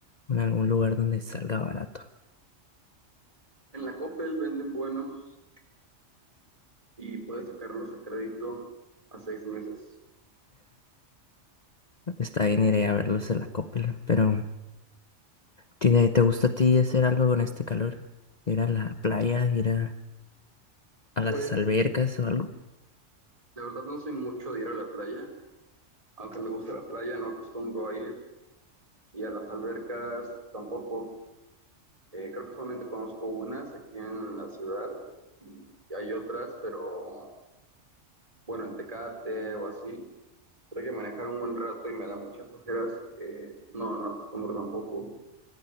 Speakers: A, on the left; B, on the right.
A: en algún lugar donde salga barato.
B: En la Coppel venden buenos y puedes sacarlos a crédito a seis meses.
A: Está bien, iré a verlos en la Coppel, pero ¿tiene, te gusta a ti hacer algo con este calor? ¿Ir a la playa, ir a, a las
B: Pues
A: albercas o algo?
B: de verdad no soy mucho de ir a la playa, aunque me gusta la playa, no acostumbro a ir y a las albercas tampoco. Eh, creo que solamente conozco unas aquí en la ciudad y hay otras, pero bueno, en Tecate o así. Creo que manejar un buen rato y me da mucha flojera, así que no, no acostumbro tampoco.